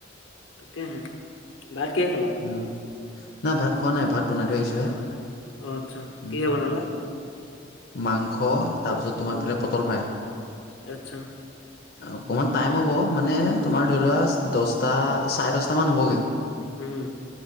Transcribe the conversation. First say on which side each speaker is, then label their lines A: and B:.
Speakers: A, on the left; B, on the left.
A: তাকহে। ভাত কিহেৰে খালা?
B: উম, নাই ভাত খোৱা নাই, ভাত বনাই থৈ আহিছোঁহে।
A: অ' খোৱা নাই। অ' আচ্ছা,
B: উম।
A: কিহে বনালা?
B: মাংস তাৰপিছত তোমাৰফেলে
A: উম,
B: পটল ফ্ৰাই।
A: আচ্ছা,
B: অকমান টাইম হ'ব মানে তোমাৰ ধৰি লোৱা দছটা চাৰে দছটা মান হ'বগে।
A: উম,